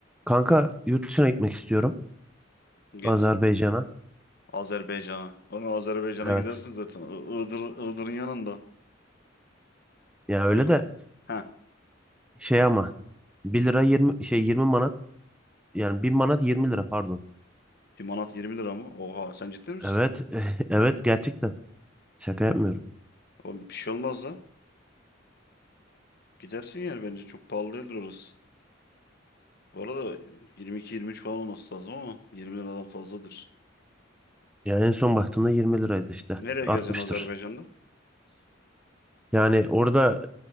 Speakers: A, in the centre; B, on the left.
A: Kanka yurt dışına gitmek istiyorum.
B: Git
A: Azerbaycan'a.
B: Azerbaycan'a. Oğlum Azerbaycan'a
A: Evet.
B: gidersin zaten. I- Iğdır, Iğdır'ın yanında.
A: Ya öyle
B: I
A: de
B: Heh,
A: şey ama bir lira 20 şey yirmi manat yani bir manat yirmi lira pardon.
B: bir manat 20 lira mı? Oha sen ciddi misin?
A: Evet. <laughs> Evet gerçekten. Şaka yapmıyorum.
B: Oğlum bir şey olmaz lan. Gidersin yani bence çok pahalı değildir orası. Bu arada 22-23 falan olması lazım ama 20 liradan fazladır.
A: Yani en son baktığımda 20 liraydı işte.
B: Nereye
A: Artmıştır.
B: gezeceksin Azerbaycan'da?
A: Yani orada